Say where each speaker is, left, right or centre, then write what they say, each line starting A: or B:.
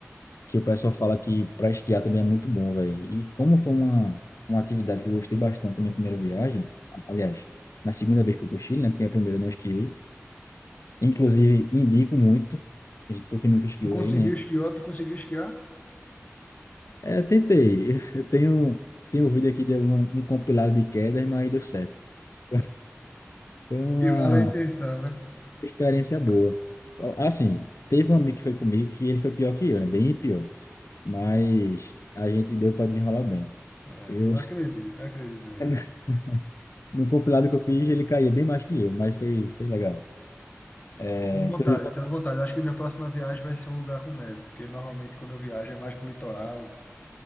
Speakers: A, on the left (about 80°); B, on the left (about 35°).
A: que o pessoal fala que para esquiar também é muito bom, velho. E como foi uma, uma atividade que eu gostei bastante na minha primeira viagem, aliás, na segunda vez que eu fui pro Chile, né? Porque a primeira eu não esquiei. Inclusive, indico muito. Tu que nunca esquiou
B: Tu conseguiu
A: aí, né?
B: esquiar? Tu conseguiu esquiar?
A: É, tentei. <laughs> Eu tenho, tenho um vídeo aqui de alguma, um compilado de quedas, mas deu certo. <laughs> Foi uma
B: Que vale a intenção, né?
A: experiência boa. Assim, teve um amigo que foi comigo que ele foi pior que eu, né? Bem pior. Mas a gente deu para desenrolar bem.
B: É,
A: Eu
B: eu acredito, eu acredito mesmo.
A: <laughs> No compilado que eu fiz, ele caía bem mais que eu, mas foi, foi legal. É,
B: Eu tenho vontade,
A: inclusive,
B: eu tenho vontade. Eu acho que minha próxima viagem vai ser um lugar com neve, porque normalmente quando eu viajo é mais pro litoral,